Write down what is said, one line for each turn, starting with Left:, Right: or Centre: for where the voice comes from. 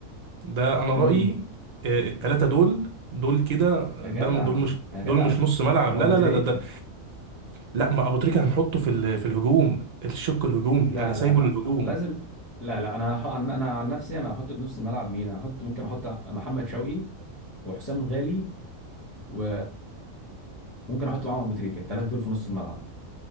Right: ده انا رايي
Left: امم
Right: آه، التلاته دول دول كده
Left: يا جدع
Right: ده دول مش
Left: يا جدع
Right: دول مش نص ملعب
Left: طب ابو
Right: لا لا
Left: تريكه
Right: لا ده, ده لا ما ابو تريكه هنحطه في ال... في الهجوم الشق الهجومي
Left: لا
Right: انا سايبه
Left: لا لا
Right: للهجوم
Left: لازم لا لا انا هح- عن- انا عن نفسي انا هحط في نص الملعب مين انا هحط ممكن احط محمد شوقي وحسام غالي و ممكن احط معاهم ابو تريكه الثلاثه دول في نص الملعب